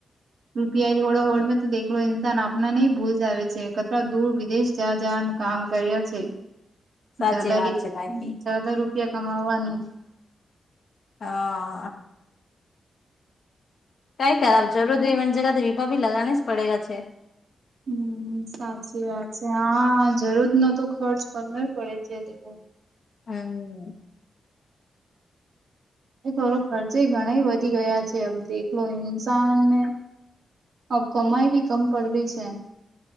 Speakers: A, on the right; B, on the left.
A: રૂપિયાઈ હોડ હોડ તોલો ન્સાન આપ ના નિ ભૂલ જ આવેવે છે કચ દૂર વિદેશ જ્યા જને કામ કર્યા છે
B: સાચી
A: જદાારી
B: વાત છે તાકી
A: ારજાર <unintelligible> રૂપિયા કમાવાનું.
B: હા. કઈ કર જરૂર હોય એ જગ રીપા ભી લગાની જ પડે ગ છે.
A: હમ્મ. સાચી વાત છે હા જરૂર નતો ખર્ચ કરવ પડે છેે.
B: હમ્મ.
A: એ તોોરો ખર્ચે ઘણા વધી ગયા છેમ દેખલો ઇન્સાન ને હ કમાઈ ભી કમ પડ રહી છે.